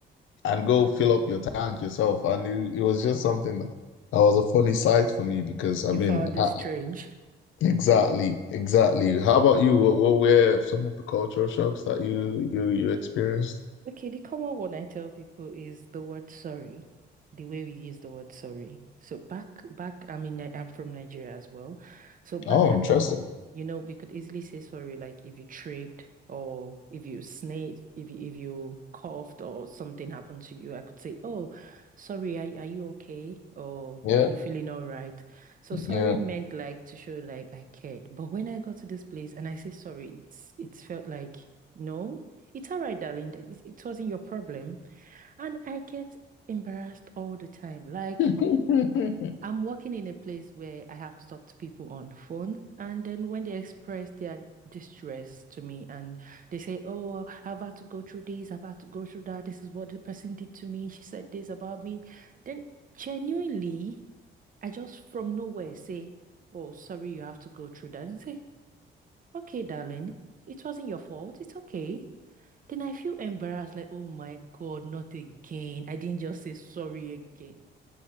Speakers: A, on the left; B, on the right.
A: and go fill up your tank yourself. And it, it was just something that that was a funny sight for me because I
B: You
A: mean,
B: found it
A: I,
B: strange.
A: exactly, exactly. How about you? What what were some of the cultural shocks that you you you experienced?
B: Okay, the common one I tell people is the word sorry, the way we use the word sorry. So back, back, I mean, I, I'm from Nigeria as well. So back
A: Oh,
B: at
A: interesting.
B: home, you know, we could easily say sorry, like if you tripped or if you sneezed, if you if you coughed or something happened to you, I could say, "Oh, sorry, are, are you okay? Or
A: Yeah,
B: are you feeling all right?" So
A: yeah.
B: sorry meant like to show like I cared. But when I got to this place and I say sorry, it's it's felt like no. It's all right, darling. Th- It it wasn't your problem. And I get embarrassed all the time. Like,
A: <laughs>
B: I'm working in a place where I have to talk to people on phone. And then when they express their distress to me and they say, Oh, I've had to go through this, I've had to go through that. This is what the person did to me. She said this about me. Then genuinely, I just from nowhere say, Oh, sorry, you have to go through that. And say, Okay, darling, it wasn't your fault. It's okay. Then I feel embarrassed, like, oh my God, not again. I didn't just say sorry again.